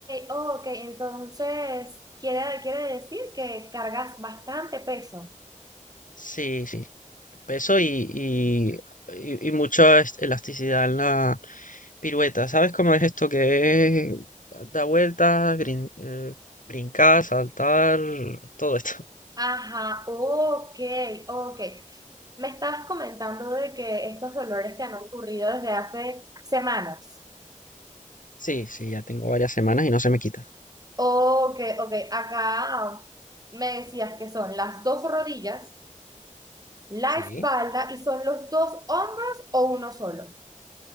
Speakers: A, on the right; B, on the left.
A: ok, entonces quiere, quiere decir que cargas bastante peso.
B: Sí, sí. Peso y, y, y- y mucha es- elasticidad en la pirueta. ¿Sabes cómo es esto que es? Da vueltas, brin, eh, brincar, saltar, todo esto. <laughs>
A: Ajá, ok, ok. Me estabas comentando de que estos dolores te han ocurrido desde hace semanas.
B: Sí, sí, ya tengo varias semanas y no se me quita.
A: Ok, ok, acá me decías que son las dos rodillas la
B: Sí.
A: espalda y son los dos hombros o uno solo.